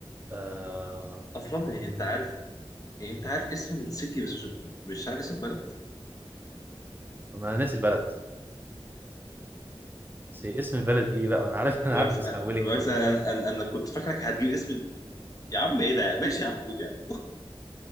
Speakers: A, on the right; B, on the left.
A: آه،
B: اصلا إيه، انت عارف إيه، انت عارف اسم السيتي بس مش مش عارف اسم البلد
A: ما انا ناسي البلد بس هي اسم البلد ايه بقى انا عارف انا
B: بالعكس
A: عارف إن اسمها
B: بالعكس
A: ويلينغتون
B: انا انا انا أنا كنت فاكرك هتجيب اسم ال... ال- يا عم ايه ده ماشي يا عم قول يا